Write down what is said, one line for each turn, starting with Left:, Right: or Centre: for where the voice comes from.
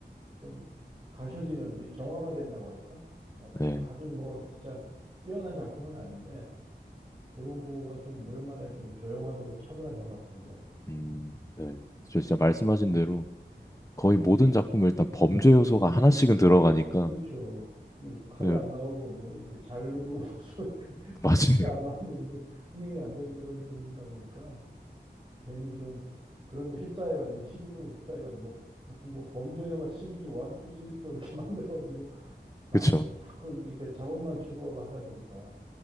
Right: 좀 가셔지는 이 정화가 된다고 그럴까? 막
Left: 네,
Right: 아주 뭐 진짜 뛰어난 작품은 아닌데 그런 거가 좀 오랜만에 좀 조용하고 차분한 영화를 본 것 같아.
Left: 음, 네. 저 진짜 말씀하신 대로
Right: 예.
Left: 거의 모든 작품에 일단 범죄 요소가 하나씩은 들어가니까,
Right: 그렇죠. 그게 뭐 칼이
Left: 네,
Right: 안 나오고 뭐 이렇게 자르고 <laughs> 그
Left: 맞아요.
Right: 피가 안 나오면 이게 흥행이 안 되는 그런 분위기다 보니까 괜히 좀 그런데 휩싸여가지고 시류로 휩싸여가지고 뭐 무슨 뭐 범죄 영화 시리즈 1, 2, 3, 4 이렇게 <laughs> 만들어가지고
Left: <laughs>
Right: 막
Left: 그쵸.
Right: 자꾸 이렇게 자본만 추구하고 하다 보니까